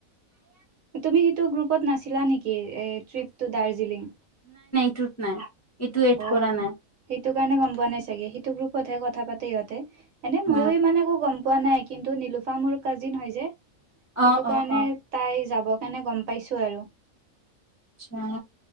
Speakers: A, on the right (about 70°); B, on the left (about 20°).
A: তুমি সেইটো গ্ৰুপত নাছিলা নেকি ট্ৰিপ টু দাৰ্জিলিং।
B: সেই তো'ত নাই। এইটো এড
A: অ
B: কৰা নাই
A: সেইটো কাৰণে গম পোৱা নাই চাগে সেইটো গ্ৰুপতহে কথা পাতে- ইহতে। এনেই মইও
B: অ',
A: ইমান একো গম পোৱা নাই কিন্তু নিলোফা মোৰ কাজিন হয় যে। সেইটো
B: অ', অ',
A: কাৰণে
B: অ',
A: তাই যাব কাৰণে গম পাইছো আৰু।
B: আচ্ছা।